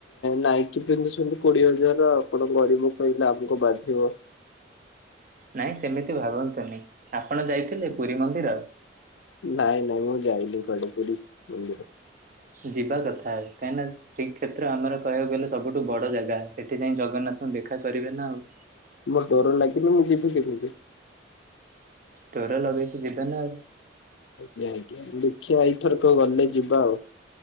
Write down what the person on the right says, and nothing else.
ନାଇଁ ସେମିତି ଭାବନ୍ତୁନି ଆପଣ ଯାଇଥିଲେ ପୁରୀ ମନ୍ଦିର?
ଯିବା କଥା କାହିଁକିନା ଶ୍ରୀକ୍ଷେତ୍ର ଆମର କହିବାକୁ ଗଲେ ସବୁଠୁ ବଡ଼ ଜାଗା ସେଠି ଯାଇ ଜଗନ୍ନାଥଙ୍କୁ ଦେଖା କରିବେ ନା ଆଉ
ଡୋର ଲଗେଇକି ଯିବେ ନା ଆଉ